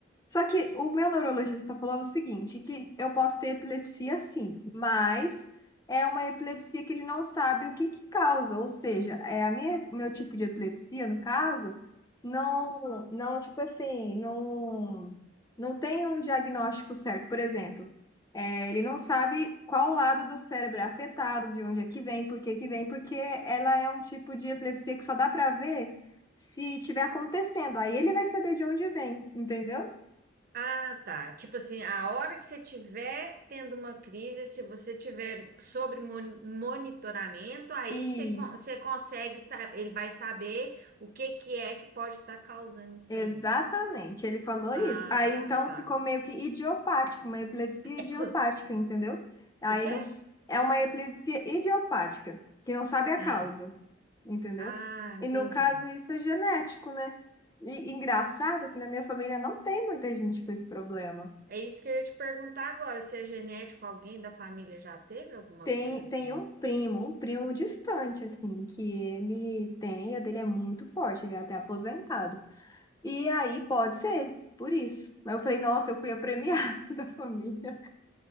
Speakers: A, on the left (about 20°); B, on the right (about 45°).
A: Só que o meu neurologista falou o seguinte, que eu posso ter epilepsia sim, mas é uma epilepsia que ele não sabe o que que causa, ou seja, é a minha, meu tipo de epilepsia, no caso, não, não, tipo assim, não, não tem um diagnóstico certo, por exemplo, é, ele não sabe qual lado do cérebro é afetado, de onde é que vem, por que que vem, porque ela é um tipo de epilepsia que só dá para ver se tiver acontecendo, aí ele vai saber de onde vem, entendeu?
B: Ah, tá. Tipo assim, a hora que você tiver tendo uma crise, se você tiver sobre mon- monitoramento, aí
A: Isso,
B: você, con- você consegue saber, ele vai saber o que que é que pode estar causando isso
A: exatamente,
B: aí.
A: ele falou
B: Ah,
A: isso. Aí então
B: tá.
A: ficou meio que idiopático, uma epilepsia
B: <coughs>
A: idiopática, entendeu? Aí
B: O quê?
A: não, s- é uma epilepsia idiopática, que não sabe a
B: Ah,
A: causa, entendeu?
B: ah, entendi.
A: E no caso isso é genético, né? E engraçado que na minha família não tem muita gente com esse problema.
B: É isso que eu ia te perguntar agora, se é genético, alguém da família já teve alguma
A: Tem,
B: coisa assim.
A: tem um primo, um primo distante, assim, que ele tem, a dele é muito forte, ele é até aposentado. E aí pode ser, por isso. Mas eu falei, nossa, eu fui a premiada <laughs> da família.